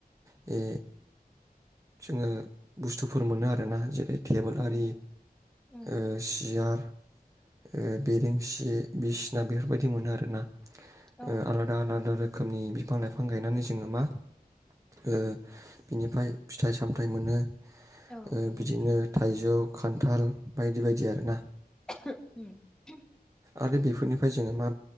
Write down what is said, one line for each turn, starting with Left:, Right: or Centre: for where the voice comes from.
Right: बे जोंङो बुस्थुफोर मोनो आरोना जेरै टेबोल
Centre: उम
Right: आरि
Centre: उम उम
Right: ओ सियार ओ बेरेंसि बिसिना बेफोरबायदि मोनो आरोना।
Centre: औ
Right: ओ आलादा आलादा रो खोमनि बिफां लाइफां गायनानै जोङो मा ओ बिनिफ्राय फिथाइ सामथायाइ मोनो।
Centre: औ नोंगौ
Right: ओ बिदिनो
Centre: नोंथां।
Right: थाइजौ खान्थाल बायदि बायदि आरो ना
Centre: अम
Right: आरो बेफोरनिफ्राय जोङो मा